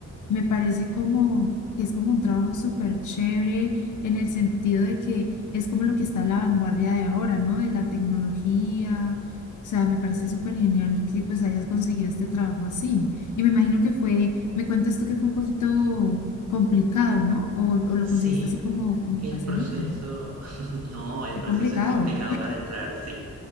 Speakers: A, on the left; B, on the right.
A: me parece como que es como un trabajo súper chévere en el sentido de que es como lo que está a la vanguardia de ahora, ¿no? De la tecnología. O sea, me parece súper genial que pues hayas conseguido este trabajo así. Y me imagino que fue, me cuentas tú que fue un poquito complicado, ¿no? O, o lo
B: sí.
A: conseguiste así como, como
B: El
A: facilito.
B: proceso, <laughs> no, el
A: Fue
B: proceso
A: complicado.
B: es complicado para entrar, sí,